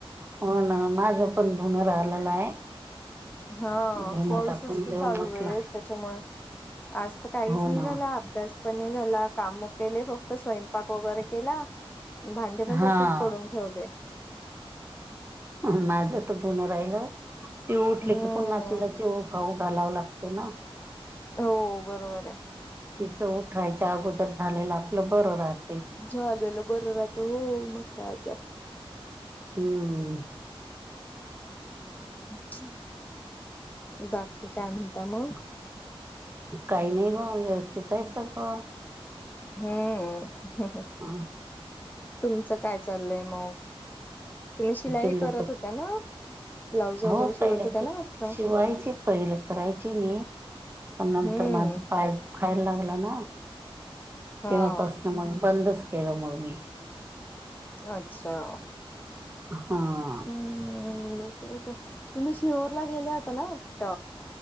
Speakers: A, on the right; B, on the left.
A: हो ना माझं पण ुन राहिलेला आहे
B: हा
A: धुन
B: कॉल्सच
A: टाकून
B: तर
A: देऊ
B: चालू
A: म्हटलं
B: आहेत. त्याच्यामुळे आज तर काहीच
A: हो
B: नाही
A: ना
B: झाला अभ्यास पण झाला काम केले फक्त स्वयंपाक वगैरे केला भांडे पण
A: हा
B: तसेच पडून ठेवले
A: माझं तर धोन राहिलं तेि उठले
B: हम्म
A: की पुन नातीला जेव गाऊ घालावं लागते ना.
B: हो बरोबर आहे.
A: तिचं उठरायच्या अगोदर झालेलं आपलं बरं राहत.
B: झालेलं बरं राहतं हो मोठा आता
A: हम्म
B: च् बाकी काय म्हता मग
A: काही नाही ग व्यवस्थित आहे सगळं.
B: हम्म, हह
A: ह
B: तुमचं काय चाललंय मग? तुम्ही शिलाई
A: पिल्लूचं
B: करत होत्या ना? ब्लाउज वगैरे
A: हो
B: शिवत
A: पहिले
B: होत्या
A: क
B: ना वाटत
A: शिवायची पहिले, करायची मी. पण नंतर
B: हम्म
A: माझा पायदा खायला लागलं ना
B: हा
A: तेव्हापासन मग बंदच केलं मग मी.
B: अच्छा
A: हा
B: हम् तुम्ही सिहोरला गेल्या होत ना वाटत.